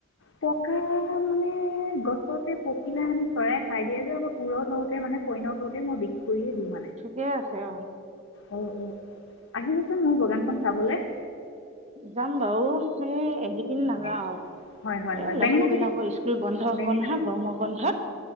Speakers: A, on the left; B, on the right.
A: পকা মানে গছতে পকিলে মানে চৰাই খাই দিয়ে যে, পুৰত হওঁতে মানে পই্য হওঁতে মই বিক্ৰী কৰিয়ে দিওঁ
B: ঠিকে আছে অ
A: উ উ আহিবচোন মোৰ বাগানখন চাবলৈ
B: যাম বাৰু সেই খিন নাযাওঁ
A: এ,
B: আৰু
A: হয় হয় হয়
B: এই ল'ৰা
A: বেঙেনা
B: ছোৱালী
A: খেতি
B: বিলাকৰ স্কুল বন্ধ
A: বেঙেনা
B: হ'ব নহয় গৰমৰ বন্ধত